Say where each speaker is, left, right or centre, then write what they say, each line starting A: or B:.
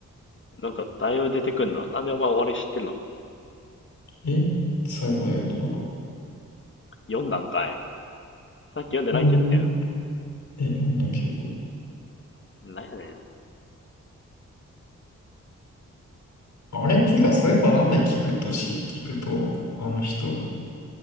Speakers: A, on the left (about 40°); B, on the left (about 75°).
A: なんか、だいぶ出てくんな。なんでお前終わり知ってんの
B: え最後は読んだから。
A: 読んだんかいさっき読んでないって言っ
B: うん。え、読んだけど。
A: てん。なんやねん。
B: あれっていうか、そういえばなんで聞くとし、聞くと、あの人、